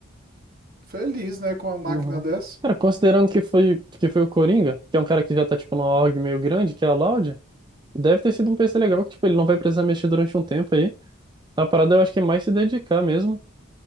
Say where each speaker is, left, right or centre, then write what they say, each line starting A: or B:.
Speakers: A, on the right (about 50°); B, on the right (about 20°).
A: felizes, né, com uma máquina
B: uhum.
A: dessa.
B: Cara, considerando que foi, que foi o Coringa, que é um cara que já tá, tipo, numa org meio grande, que é a Loud, deve ter sido um PC legal, que, tipo, ele não vai precisar mexer durante um tempo aí. A parada eu acho que é mais se dedicar mesmo.